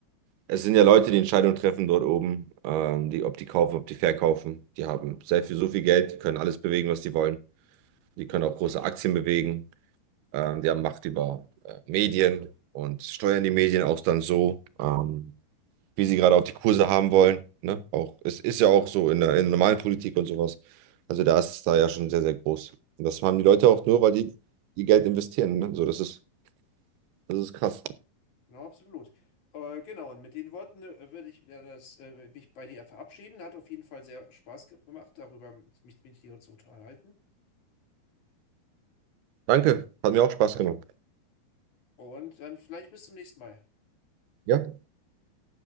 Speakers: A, on the right (about 90°); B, on the left (about 55°).
A: es sind ja Leute, die Entscheidungen treffen dort oben, ähm, die, ob die kaufen, ob die verkaufen. Die haben sehr viel, so viel Geld, die können alles bewegen, was die wollen. Die können auch große Aktien bewegen. Ähm, die haben Macht über äh, Medien und steuern die Medien auch dann so. Ähm, wie sie gerade auch die Kurse haben wollen. Ne? Auch, es ist ja auch so in der, in der normalen Politik und sowas. Also da ist es da ja schon sehr, sehr groß. Und das haben die Leute
B: Ja,
A: auch nur, weil die ihr Geld investieren. Ne? So, das ist, das ist krass.
B: genau, absolut. Äh, genau, und mit den Worten äh, würde ich mir das, äh, mich bei dir verabschieden. Hat auf jeden Fall sehr Spaß gemacht, darüber mich mit dir und zu unterhalten.
A: Danke, hat mir auch Spaß gemacht.
B: Und dann vielleicht bis zum nächsten Mal.
A: Ja,